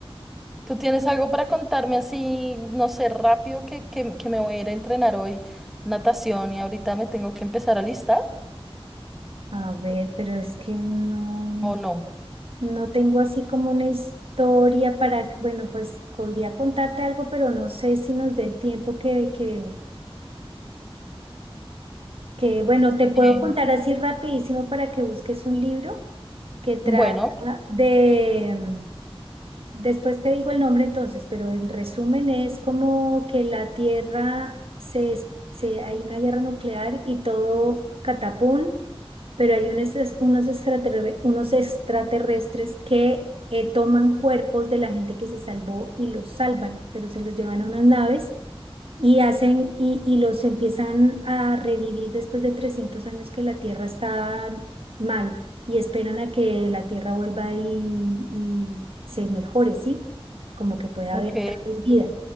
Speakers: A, in the centre; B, on the right (about 65°).
A: ¿Tú tienes algo para contarme así, no sé, rápido que, que, que me voy a ir a entrenar hoy natación y ahorita me tengo que empezar a listar?
B: A ver, pero es que no,
A: ¿O no?
B: no tengo así como una historia para, bueno, pues podría contarte algo, pero no sé si nos dé el tiempo que, que, que bueno, te puedo
A: Sí.
B: contar así rapidísimo para que busques un libro que trata
A: Bueno,
B: de, mm, después te digo el nombre entonces, pero en resumen es como que la Tierra se, es- se hay una guerra nuclear y todo catapum, pero hay unos, es- unos, extraterre- unos extraterrestres que eh, toman cuerpos de la gente que se salvó y los salvan, pero se los llevan a unas naves. Y hacen, y, y los empiezan a revivir después de 300 años que la Tierra está mal y esperan a que la Tierra vuelva y, y se mejore, ¿sí? Como que pueda
A: ok.
B: haber otra vez vida.